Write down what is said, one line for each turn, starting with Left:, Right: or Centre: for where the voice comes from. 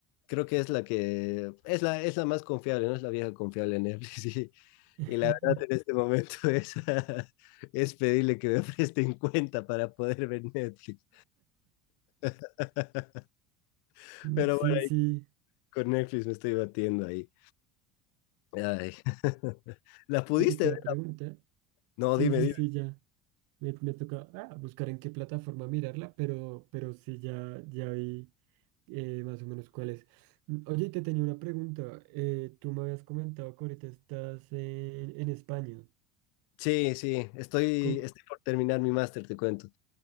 Left: Creo que es la que, es la, es la más confiable, ¿no? Es la vieja confiable en Netflix <laughs> y,
Right: <laughs>
Left: y la verdad en este momento es, <laughs> es pedirle que me presten cuenta para poder ver Netflix. <laughs>
Right: Mm,
Left: Pero
Right: Sí,
Left: bueno,
Right: sí.
Left: con Netflix me estoy batiendo ahí. Ay. <laughs> ¿La pudiste
Right: ¿Y que te
Left: ver?
Right: iba a preguntar?
Left: No,
Right: Sí,
Left: dime,
Right: sí,
Left: dime.
Right: sí, ya. Me, me toca ah, buscar en qué plataforma mirarla, pero, pero sí, ya, ya vi. eh, más o menos cuáles. Mm, Oye, y te tenía una pregunta. eh, tú me habías comentado que ahorita estás en, en España.
Left: Sí, sí, estoy,
Right: Co-
Left: estoy por terminar mi máster, te cuento.